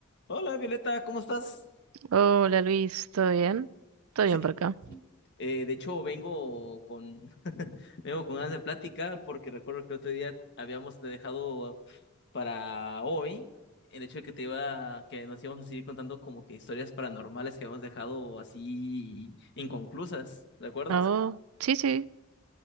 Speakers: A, on the left; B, on the right.
A: Hola Violeta, ¿cómo estás?
B: Hola Luis, ¿todo bien? ¿Todo
A: Sí,
B: bien por acá?
A: sí. Eh, de hecho, vengo con <laughs> vengo con ganas de platicar porque recuerdo que el otro día habíamos dejado para hoy el hecho de que te iba, que nos íbamos a seguir contando como que historias paranormales que habíamos dejado así inconclusas, ¿recuerdas?
B: ¿A vos? Sí, sí,